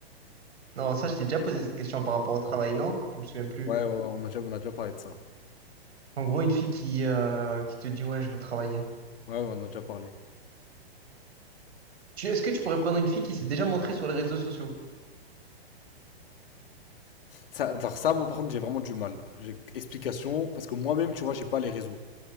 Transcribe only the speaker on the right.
Non, ça, je t'ai déjà posé cette question par rapport au travail, non? Je me souviens plus.
En gros, une fille qui, euh, qui te dit, ouais, je vais travailler.
Tu... Est-ce que tu pourrais prendre une fille qui s'est déjà montrée sur les réseaux sociaux?